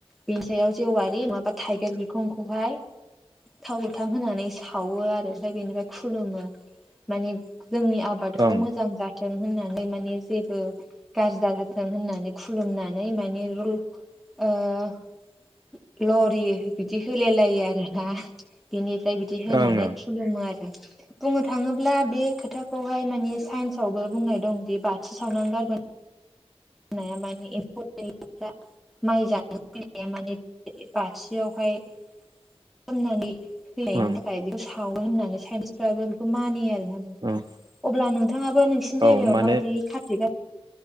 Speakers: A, in the centre; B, on the right.
A: बेनि सायाव जेवारि नङाबा थाइगिर बिखंखौहाय थाव गोथां होनानै सावो आरो ओमफ्राय बेनिफ्राय खुलुमो। माने जोंनि आबादखौ
B: ओं
A: मोजां जा थों होननानै माने जेबो गाज्रि दाजाथों होननानै खुलुमनानै माने लु ओ लरि बिदि होलाय लायो आरोना। बिनिफ्राय बिदि होनानै
B: ओं
A: खुलुमो आरो। बुंनो थाङोब्ला बे खोथाखौहाय माने साइन्स आवबो बुंनाय दंदि बाथि सावना गारबोनाय नाया माने एम्फौ जायोब्ला माइ जा <unintelligible> माने बाथियावहाय खामनानै फैनायनि
B: ओं
A: थाखाय बेखौ सावो होननानै साइन्टिसफ्राबो बेखौ मानियो आरोना।
B: ओं
A: अब्ला नोंथाङाबो नोंसिनि
B: औ
A: जायगायाव
B: माने
A: माबायदि खाथि